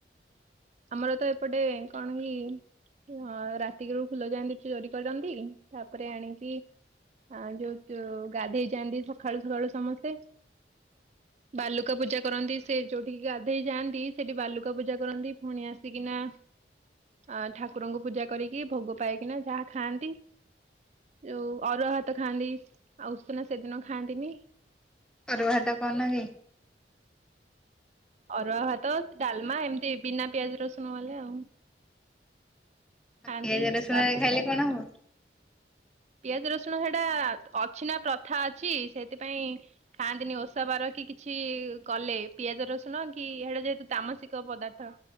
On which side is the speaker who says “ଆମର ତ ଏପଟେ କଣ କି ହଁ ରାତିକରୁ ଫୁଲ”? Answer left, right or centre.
Right